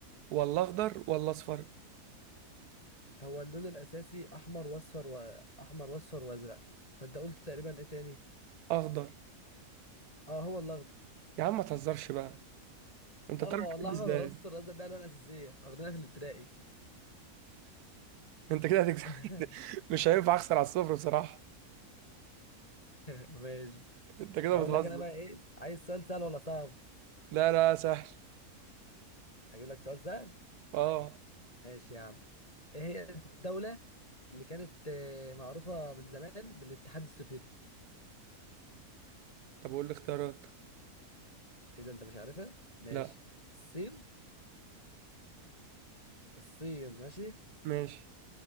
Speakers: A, on the right (about 80°); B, on the left (about 25°).
A: ولا اخضر ولا اصفر
B: هو اللون الاساسي احمر واصفر واحمر واصفر وازرق فانت قلت تقريبا ايه تاني
A: اخضر
B: اه هو الاخضر
A: يا عم ما تهزرش بقى انت
B: اه
A: بتعرف
B: ما
A: الحاجات
B: هو الاحمر
A: دي ازاي
B: والاصفر والازرق ده الوان اساسيه واخدينها في الابتدائي
A: انت كده هتكسب
B: <laughs>
A: <laughs> مش هينفع اخسر على الصفر بصراحة
B: ماشي
A: انت كده
B: هقول
A: بتهزر
B: لك انا بقى ايه عايز سؤال سهل ولا صعب
A: لا لا سهل
B: اجيب لك سؤال سهل
A: اه
B: ماشي يا عم ايه هي الدوله اللي كانت آه، معروفه من زمان بالاتحاد السوفيتي
A: طب قول لي اختيارات
B: ايه ده انت مش عارفها ماشي
A: لا
B: الصين الصين ماشي
A: ماشي